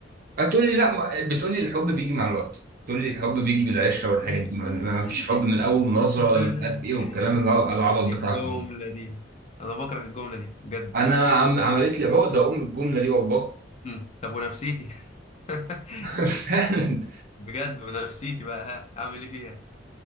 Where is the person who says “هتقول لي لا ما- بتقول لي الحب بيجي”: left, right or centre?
Right